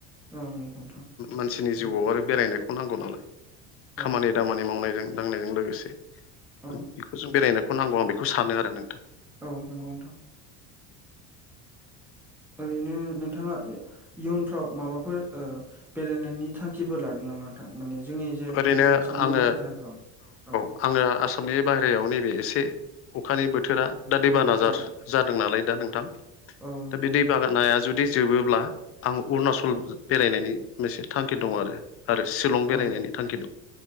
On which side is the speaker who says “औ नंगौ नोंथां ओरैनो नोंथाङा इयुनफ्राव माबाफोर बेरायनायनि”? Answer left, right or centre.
Centre